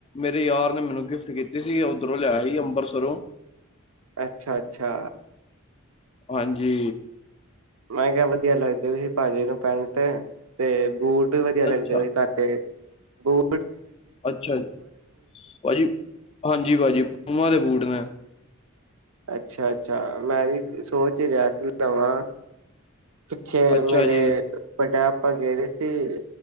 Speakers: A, on the left (about 25°); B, on the right (about 80°).
A: ਮੇਰੇ ਯਾਰ ਨੇ ਮੈਨੂੰ ਗਿਫਟ ਕੀਤੀ ਸੀ ਉਓਧਰੋਂ ਲਿਆ ਸੀ ਅੰਬਰਤਸਰੋਂ
B: ਅੱਛਾ ਅੱਛਾ
A: ਹਾਂਜੀ
B: ਮੈਂ ਕਿਹਾ ਵਧੀਆ ਲੱਗਦੀ ਸੀ ਭਾਜੀ ਨੂੰ ਪੈਂਟ ਤੇ ਬੂਟ ਵੀ ਵਧੀਆ ਲੱਗਦੇ
A: ਅੱਛਾ,
B: ਸੀ ਪਾ ਕੇ ਹੋ
A: ਅੱਛਾ ਭਾਜੀ ਹਾਂਜੀ ਪੀਯੂਮਾ ਦੇ ਬੂਟ ਨੇ <unintelligible>
B: ਅੱਛਾ ਅੱਛਾ ਮੈਂ ਵੀ ਸੋ ਚ ਰਿਹਾਸਲ ਲਵਾਂ ਪਿੱਛੇ
A: ਅੱਛਾ
B: ਮੇਰੇ
A: ਜੀ,
B: ਵੱਡਾ ਆਪਾਂ ਗਏ ਸੀ